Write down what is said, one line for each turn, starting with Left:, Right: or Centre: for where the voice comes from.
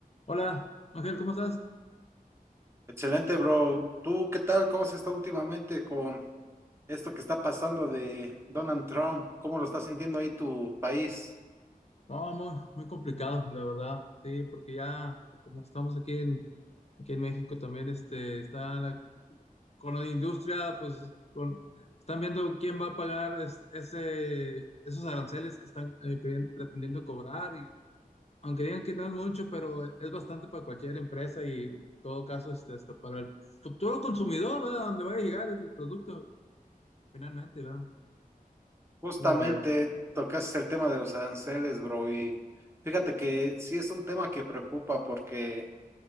Left: Hola, Ángel, ¿cómo estás?
Right: Excelente, bro. ¿Tú qué tal? ¿Cómo has estado últimamente con esto que está pasando de Donald Trump? ¿Cómo lo está sintiendo ahí tu país?
Left: No, muy, muy complicado, la verdad, sí, porque ya, como estamos aquí en, aquí en México también, este, está la, con la industria, pues, con, están viendo quién va a pagar es- ese, esos aranceles que están eh, pidien- pretendiendo cobrar, y aunque digan que no es mucho, pero es bastante para cualquier empresa y en todo caso, este, hasta para el futuro consumidor, ¿verdad? Donde va a llegar el producto, finalmente, ¿verdad?
Right: Justamente
Left: ¿Cómo la ves?
Right: tocaste el tema de los aranceles, bro, y fíjate que sí es un tema que preocupa porque